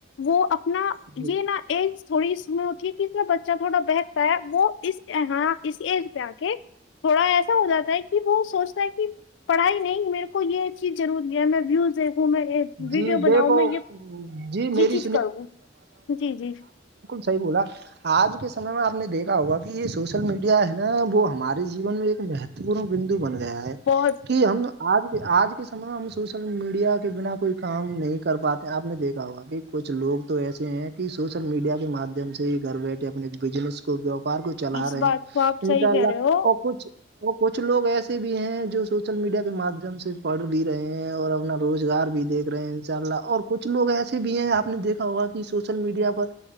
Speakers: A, on the left; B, on the right.
A: وہ اپنا
B: جی
A: یہ نہا ایج تھوڑی اس میں اتیھی کہ بچہ تھوڑا بہکتا ہے وہ اساں اس ایج پہ آ کے تھوڑا ایسا ہو جاتا ہے کہ وہ سوچتا ہے کہ پڑھائی نہیں میرے کو یہ چیز ضروری ہے میں ویوز دیکھوں میں ویڈیو
B: جی دیکھو
A: بناؤں میں یہ
B: جی میری
A: یہ چیز کروں جی جی
B: صح بولا آج کے سمے میں آپ نے دیکھا ہوگا کہ یہ سوشل میڈیا ہے نا وہ ہمارے جیون میں ایک مہت بندو بن گیا ہے
A: بہت
B: کہ ہم آج کے آج کے سمے میں ہم سوچ ا میڈیا کے بنا کوئی کام نہیں کر پاتے آپ نے دیکھا ہوگا کہ کچھ لوگ تو ایسے ہیں سوشل میڈیا کے مادھیم سے ہی گھر بیٹھے اپنے بزنس ووپار کو چلا
A: اس
B: رہے
A: بات
B: ہیں
A: کو آپ صحیح
B: انشاء
A: کہہ
B: اللہ
A: رہے ہو
B: کچھ اور کچھ لوگ ایسے بھی ہیں جو سوشل میڈیا کے مادھیم سے پڑھ بھی رہے ہیں ہیں اور اپنا روزگار بھی دیکھ رہے ہیں ان شاء اللہ اور کچھ لوگ ایسے بھی ہیں آپ نے دیکھا ہوگا کہ سوشل میڈیا پر